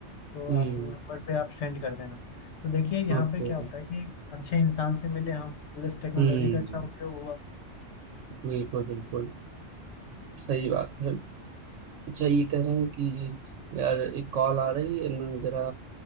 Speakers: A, on the left; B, on the right.
A: तो
B: हम्म
A: आप वो नंबर पे आप सेंड कर देना तो देखिए यहाँ
B: ओके
A: पे क्या होता है कि एक अच्छे इंसान से मिले हम प्लस टेक्नोलॉजी
B: हम्म
A: का अच्छा उपयोग हुआ
B: बिल्कुल बिल्कुल सही बात है अच्छा ये कह रहे हैं कि यार एक कॉल आ रही है मैं जरा